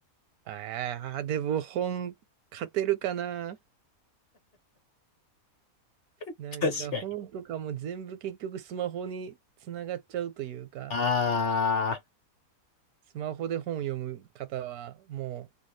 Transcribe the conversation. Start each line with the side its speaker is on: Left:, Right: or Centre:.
Right: ああ、でも本、勝てるかな。
Left: <laughs>
Right: なんか本とかも全部結局スマホにつながっちゃうというか、
Left: 確かに。ああ、
Right: スマホで本読む方はも